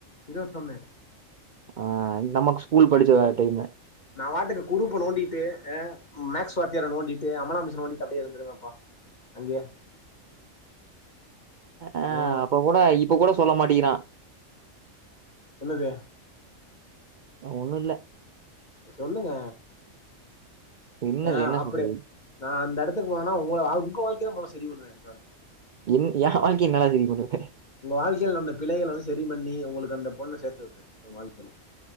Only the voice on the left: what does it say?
இருவத்தொன்னு
நா பாட்டுக்கு குருப்ப நோண்டிட்டு அ மேக்ஸ் வாத்தியார நோண்டிட்டு அமலா மிஸ்ஸ நோண்டிட்டு அப்டியே இருந்துருவேன்ப்பா அங்கயே
ம்
என்னது
சொல்லுங்க
ஆ
அப்டியே
நா அந்த எடத்துக்கு போனேனா உங்க அ உங்க வாழ்க்கைதா மொதல்ல சரி பண்ணுவ நானு
உங்க வாழ்க்கைல நடந்த பிழைகள வந்து சரி பண்ணி உங்களுக்கு அந்த பொண்ண சேத்து வைப்பே உங்க வாழ்க்கையில